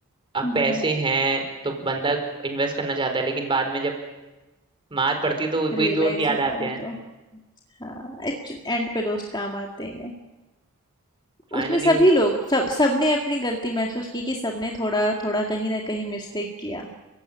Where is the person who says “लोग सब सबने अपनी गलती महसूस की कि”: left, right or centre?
Left